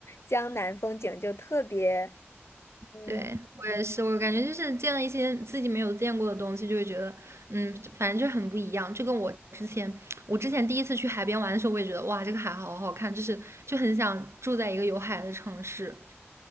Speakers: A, on the left; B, on the right.
A: 江南风景就特别。嗯。
B: 对，我也是，我感觉就是见了一些自己没有见过的东西，就会觉得，嗯，反正就很不一样。就跟我之前，我之前第一次去海边玩的时候，我也觉得，哇，这个海好好看，就是就很想住在一个有海的城市